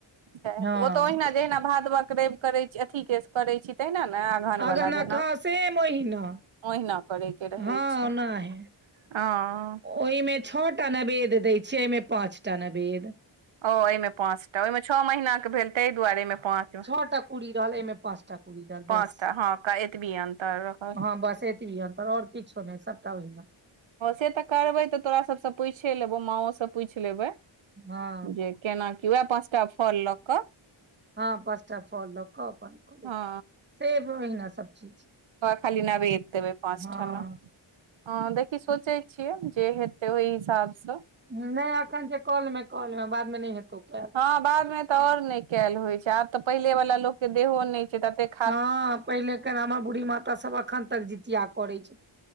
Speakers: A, on the right (about 65°); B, on the right (about 20°).
A: सेह हेतै
B: हँ
A: ओतऽ ओहिना जहिना भादवक रवि करै छी अथीके करै छी तैहिना ने अगहन
B: अगहनक
A: बला जेना।
B: हँ
A: ह
B: सेम ओहिना
A: ओहिना करै के रहै
B: हँ
A: छै
B: ओनाहे
A: हऽ।
B: ओहिमे छओ टा नवेद्य दै छियै एहिमे पाँच टा नवेद्य।
A: ओ एहिमे पाँच टा ओहिमे छअ महिनाके भेल ताहि दुआरे एहिमे पाँच
B: छहटा कूरि रहल एमे पाँच टा कुड़ी रहल
A: पाँचटा
B: बस
A: हँ का एतऽबी अन्तर रहल।
B: हँ बस एतबी अन्तर आओर किछो नहि सबटा ओहि ना।
A: हँ से तऽ करबै तऽ तोरा सभसँ पूछे लेबौ माँओ सँ पूछि लेबै
B: हँ
A: जे केनाकी वएह पाँच टा फल लऽक।
B: हँ पाँच टा फल लऽक अपन करैत
A: हँ
B: सेब ओहिना सब चीज।
A: तऽ खाली नेबेद्द देबै पाँच
B: हँ
A: ठन्ना। ह देखि सोचै छियै जे हेतै ओहि हिसाब सँ।
B: नहि अखन जे कलेमे कले मेऽ बाद मे नहि हेतौ केल।
A: हँ बाद मे तऽ आओर नहि केयल होइ छै आब तऽ पहिले वाला लोक के देहो नहि छै ततेक
B: हँ पहिले के हमर बूढ़ी माता सब अखन तक जितिया करै छै।